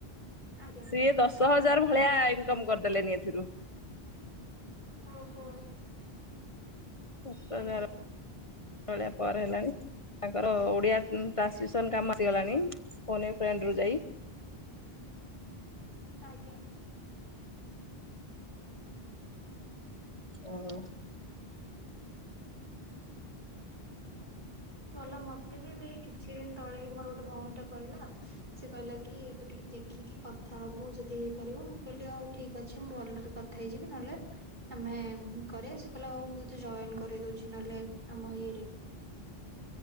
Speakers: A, on the right; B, on the left.
A: ଆଜ୍ଞା
B: ସିଏ ଦଶ ହଜାର ଭଳିଆ ଇନକମ୍ କରିଦେଲେଣି ଏଥିରୁ।
A: ଓହୋ।
B: ଦଶ ହଜାର
A: ଭଲ ତ
B: ଭଳିଆ ପରେ ହେଲାଣି। ତାଙ୍କର ଓଡ଼ିଆ ଉଁ ଟ୍ରାନ୍ସକ୍ରିପସନ୍ କାମ ଆସିଗଲାଣି ଫୋନ ଏ ଫ୍ରେଣ୍ଡ ରୁ ଯାଇ।
A: ଆଜ୍ଞା।
B: ଓ
A: ଭଲ ମତେ ବି ଦେଇ କିଛି ଦିନ ତଳେ ଏଉ ମୋର ଗୋଟେ ଭୋଉଣୀଟେ କହିଲା ସେ କହିଲା କି ତୁ ଟିକେ ଦେଖିକି କଥା ହୋବୁ ଯଦି ହେଇପାରିବ ମୁଁ କହିଲି ହଉ ଠିକ ଅଛି ମୁଁ ଭଲରେ କ ଥା ହେଇଯିବି ନହେଲେ ଆମେ କରେ ସିଏ କହିଲେ ହୋଉ ମୁଁ ତତେ ଜଏନ୍ କରେଇ ଦୋଉଛି ନହେଲେ ଆମ ଇଏରେ।